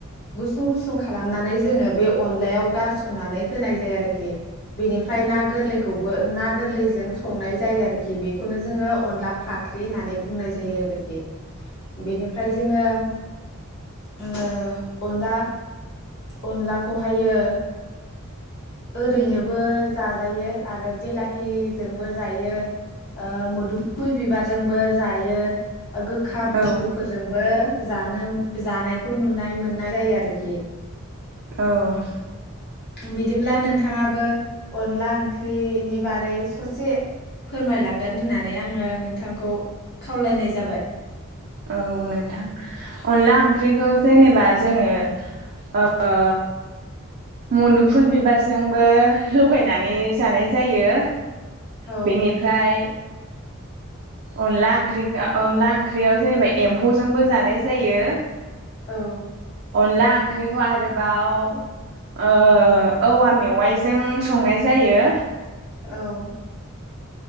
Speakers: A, on the left; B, on the right.
A: गुसुं-गुसुं खालामनानै जोङो बे अनलायाव गारसननानै होनाय जायो आरोखि बेनिफ्राय ना गोरलैखौबो ना गोरलैजों संनाय जायो आरोखि बेखौनो जोङो अनला फाख्रि होननानै बुंनाय जायो आरोखि बेनिफ्राय जोङो ओ अनला अनलाखौहायो ओरैनोबो जाजायो आरो बिलाहिजोंबो जायो मोदुमफुल बिबारजोंबो जायो गोखा बुस्थुफोरजोंबो
B: औ
A: जानो जानायखौ नुनाय मोननाय जायो आरोखि
B: औ
A: बिदिब्ला नोंथाङाबो अनला ओंख्रिनि बारै ससे फोरमायलांगोन होननानै आङो नोंथांखौ खावलायनाय जाबाय
B: औ नोंथां अनला ओंख्रिखौ जेनेबा जोङो ओ मदुमफुल बिबारजोंबो लगायनानै जानाय जायो
A: औ
B: बेनिफ्राय अनला ओंख्रिखौ अनला ओंख्रियाव जेनेबा एम्फौजोंबो जानाय जायो
A: औ
B: अनला ओंख्रिखौ आरोबाव ओ औवा मेवाइजों संनाय जायो
A: औ